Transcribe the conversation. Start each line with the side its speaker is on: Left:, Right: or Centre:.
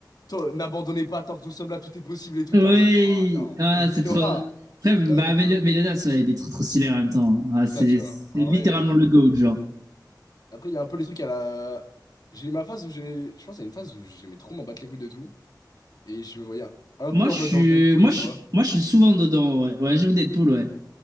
Left: Toi, n'abandonnez pas tant que nous sommes là, tout est possible et tout.
Right: Oui.
Left: T'es en mode, oh non,
Right: Ah,
Left: mais Milora,
Right: c'est trop.
Left: c'est
Right: Après,
Left: dingue,
Right: bah Meliodas,
Left: tu vois.
Right: ouais, il est trop trop stylé en même temps. Ah,
Left: C'est
Right: c'est
Left: ça, tu
Right: c'est
Left: vois. En
Right: littéralement
Left: vrai, euh,
Right: le goat genre.
Left: après, il y a un peu les trucs à la. J'ai eu ma phase où j'ai. Je pense qu'il y a une phase où j'aimais trop m'en battre les couilles de tout. Et je me voyais un
Right: Moi,
Left: peu
Right: je
Left: en
Right: suis,
Left: mode dans Deadpool,
Right: moi,
Left: tu
Right: je,
Left: vois.
Right: moi, je suis souvent dedans, ouais. Ouais, j'aime Deadpool, ouais.